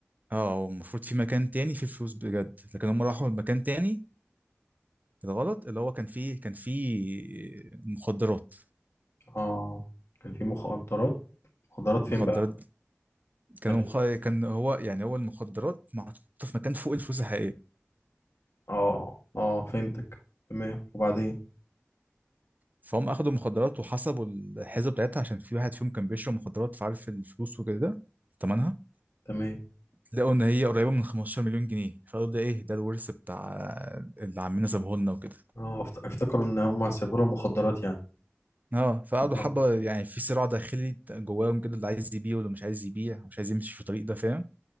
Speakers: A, on the right; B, on the left.
A: اه هو المفروض في مكان تاني فيه فلوس بجد لكن هم راحوا مكان تاني الغلط اللي هو كان فيه كان فيه مخدرات
B: اه كان في مخدرات مخدرات فين
A: مخدرات
B: بقى
A: كانوا
B: يعني
A: مخ... كان هو يعني هو المخدرات محطوطة في مكان فوق الفلوس الحقيقية
B: اه اه فهمتك تمام وبعدين
A: فهم أخدوا مخدرات وحسبوا الحسبة بتاعتها عشان في واحد فيهم كان بيشرب مخدرات فعارف الفلوس وكده تمنها
B: تمام
A: لقوا إن هي قريبة من 15 مليون جنيه فقالوا ده إيه ده الورث بتاع اللي عمنا سابهولنا وكده
B: اه افت- افتكروا ان هم هيسيبوا لهم مخدرات يعني
A: اه فقعدوا
B: <laughs>
A: حبه
B: اه
A: يعني في صراع داخلي جواهم كده اللي عايز يبيع واللي مش عايز يبيع مش عايز يمشي في الطريق ده فاهم